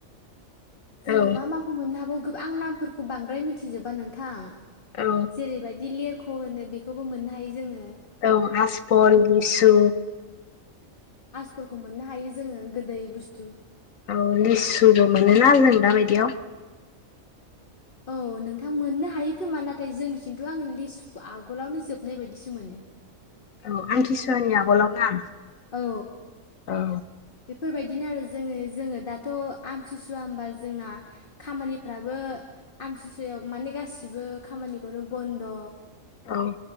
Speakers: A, on the left; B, on the left.
A: जोङो
B: औ
A: मा माखौ मोननो हागौ आं नामफोरखौ बांद्राय मिथिजोबा नोंथां
B: औ
A: जेरैबायदि लिर ख होनो बेखौबो मोननो हायो जोङो
B: औ आसपल लिसु
A: आसपलफोरखौ मोननो हायो जोङो गोदै बुस्थु
B: औ लिसुबो मोनोना जों दाबायदियाव
A: औ नोंथां मोननो हायो खोमा नाथाय जोंनिथिंथ' आङो लिस्ट आगोलावनो जोबनाय बायदिसो मोनो
B: औ आमथिसुवानि
A: माने
B: आगलाव ना
A: औ
B: औ
A: बेफोरबायदिनो आरो जोङो जोङो दाथ' आमथिसुवा होनोमबा जोंना खामानिफ्राबो आमथिसुवायाव माने गासिबो खामानिखौनो बन्द'
B: औ